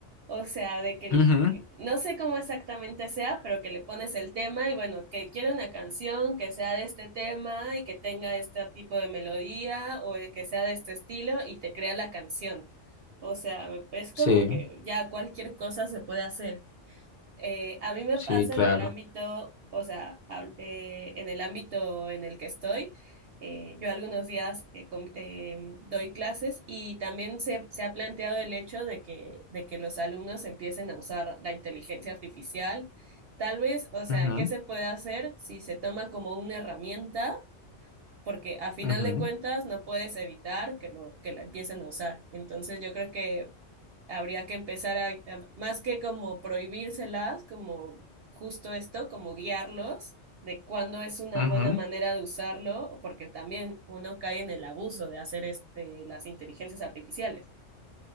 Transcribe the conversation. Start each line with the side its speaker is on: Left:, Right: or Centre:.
Right: O sea, de que
Left: ujú,
Right: no sé cómo exactamente sea, pero que le pones el tema y bueno, que quiero una canción que sea de este tema y que tenga este tipo de melodía o eh, que sea de este estilo y te crea la canción. O sea, es
Left: Sí,
Right: como que ya cualquier cosa se puede hacer. Eh, a mí me
Left: sí,
Right: pasa
Left: claro.
Right: en el ámbito, o sea, hab- eh, en el ámbito en el que estoy, eh, yo algunos días eh, com- eh, doy clases y también se, se ha planteado el hecho de que, de que los alumnos empiecen a usar la inteligencia artificial. Tal vez, o sea,
Left: Ujú,
Right: ¿qué se puede hacer si se toma como una herramienta? Porque a final
Left: ujú,
Right: de cuentas no puedes evitar que lo, que la empiecen a usar. Entonces yo creo que habría que empezar a, a- más que como prohibírselas, como justo esto, como guiarlos de cuándo es una
Left: ujú.
Right: buena manera de usarlo, porque también uno cae en el abuso de hacer este, las inteligencias artificiales.